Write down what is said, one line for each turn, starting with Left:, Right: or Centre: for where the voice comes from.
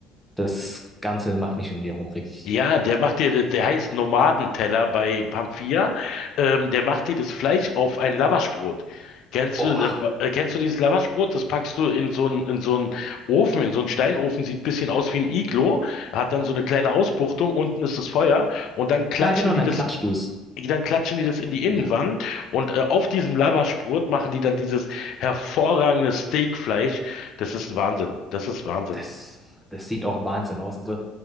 Centre: das Ganze macht mich schon wieder hungrig.
Left: Ja, der macht dir das, der heißt Nomadenteller bei Pamphia. Ähm, der macht dir das Fleisch auf ein Lavaschbrot. Kennst
Centre: Oh,
Left: du, äh, äh, kennst du dieses Lavaschbrot? Das packst du in so einen, in so einen Ofen, in so einen Steinofen, sieht ein bisschen aus wie ein Iglo, hat dann so eine kleine Ausbuchtung, unten ist das Feuer und dann klatschen
Centre: ja genau, und
Left: die
Centre: dann
Left: das,
Centre: klatscht du es.
Left: dann klatschen die das in die
Centre: Ja,
Left: Innenwand und äh, auf diesem Lavaschbrot machen die dann dieses hervorragende Steakfleisch. Das ist Wahnsinn. Das ist Wahnsinn.
Centre: das, das sieht auch Wahnsinn aus. Also